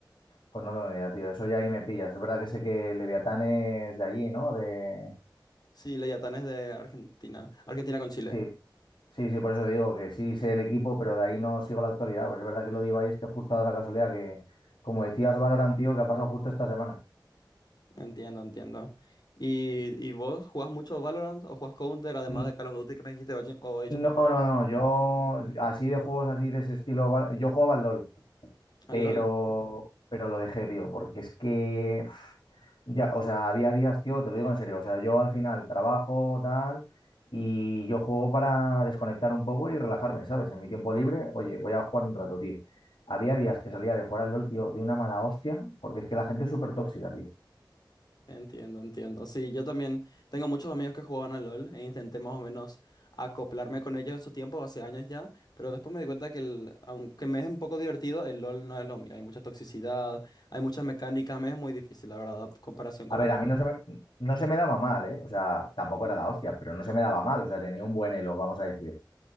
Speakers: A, on the left (about 80°); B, on the left (about 60°).
A: Pues no tengo ni idea, tío. Eso ya ahí me pillas. Es verdad que sé que Leviatán es de allí, ¿no? De...
B: Sí, Leviatán es de Argentina, Argentina con Chile.
A: Sí, sí, sí, por eso digo que sí sé el equipo, pero de ahí no sigo la actualidad. Pero es verdad que lo digo ahí, es que justo ha dado la casualidad que, como decías, Valorant, tío, que ha pasado justo esta semana.
B: Entiendo, entiendo. ¿Y, y vos jugás mucho Valorant o jugás Counter además
A: N-
B: de Call of Duty que me dijiste o Age o Age
A: No,
B: of Empires?
A: no, no. Yo, así de juegos así de ese estilo, va- yo jugaba al LOL. pero,
B: Ah, lol.
A: pero lo dejé, tío, porque es que, uf, ya, o sea, había días, tío, te lo digo en serio, o sea, yo al final trabajo, tal, y yo juego para desconectar un poco y relajarme, ¿sabes? En mi tiempo libre, oye, voy a jugar un rato, tío. Había días que salía de jugar al LOL, tío, de una mala hostia, porque es que la gente es súper tóxica, tío.
B: Entiendo, entiendo. Sí, yo también tengo muchos amigos que jugaban al LOL e intenté más o menos acoplarme con ellos en su tiempo, hace años ya, pero después me di cuenta que el- aunque me es un poco divertido, el LOL no es lo mío. Hay mucha toxicidad, hay muchas mecánicas, me es muy difícil, la verdad, en comparación con
A: A ver,
B: otros.
A: a mí no se me, no se me daba mal, ¿eh? O sea, tampoco era la hostia, pero no se me daba mal, o sea, tenía un buen elo, vamos a decir.